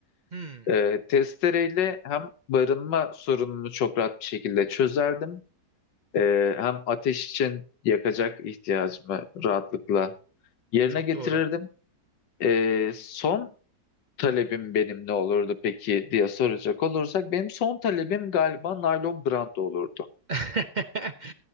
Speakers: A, on the right; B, on the left.
A: Hmm,
B: E, testereyle hem barınma sorununu çok rahat bir şekilde çözerdim. E, hem ateş için yakacak ihtiyacımı rahatlıkla yerine
A: çok
B: getirirdim.
A: doğru.
B: E, son talebim benim ne olurdu peki diye soracak olursak benim son talebim galiba naylon branda olurdu.
A: <laughs>